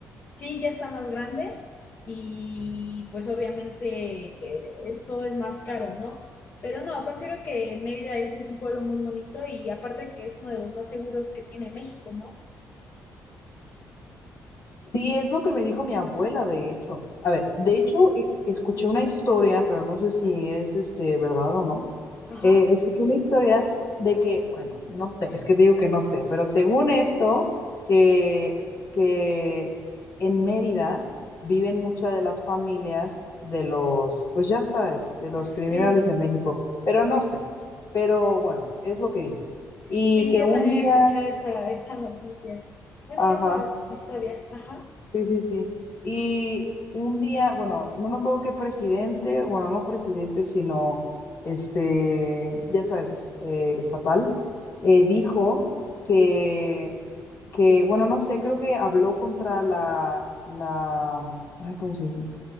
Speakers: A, on the left; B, on the left.
A: Sí, ya está más grande, y pues obviamente eh, eh, todo es más caro, ¿no? Pero no, considero que Mérida es, es un pueblo muy bonito y aparte que es uno de los más seguros que tiene México, ¿no?
B: Sí, es lo que me dijo mi abuela, de hecho. A ver, de hecho, e- escuché una historia, pero no sé si es este verdad o no
A: Ajá.
B: eh, escuché una historia de que, bueno, no sé, es que te digo que no sé, pero según esto, que, que en Mérida viven muchas de las familias de los, pues ya sabes, de los
A: Sí,
B: criminales de México, pero no sé, pero bueno, es lo que dicen. Y
A: sí,
B: que
A: yo
B: un
A: también
B: día,
A: he escuchado esa, esa noticia. Bueno,
B: ajá,
A: esa historia, ajá.
B: Sí, sí, sí. Y un día, bueno, no me acuerdo qué presidente, bueno, no presidente, sino este, ya sabes, es- eh, estatal, eh, dijo que, que, bueno, no sé, creo que habló contra la, la, ay, ¿cómo se dice?